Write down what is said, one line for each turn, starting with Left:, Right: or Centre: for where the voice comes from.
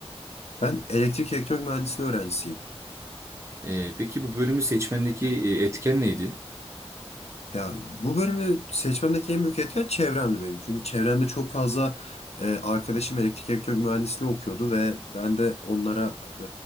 Left: Ben elektrik elektronik mühendisliği öğrencisiyim.
Right: E, peki bu bölümü seçmendeki e, etken neydi?
Left: Ya bu bölümü seçmemdeki en büyük etken çevremdi benim. Çünkü çevremde çok fazla e, arkadaşım elektrik elektronik mühendisliği okuyordu ve ben de onlara e,